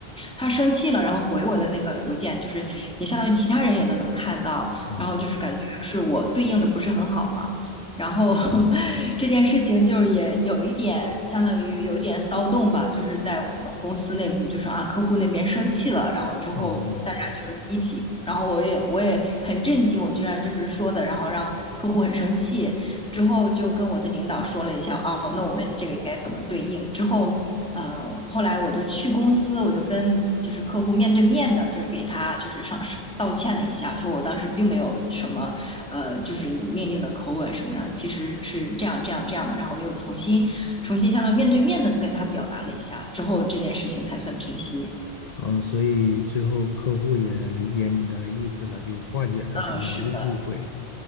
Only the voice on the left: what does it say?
嗯
哦
嗯，所以最后客户也理解你的意思了，就化解了这个误误会。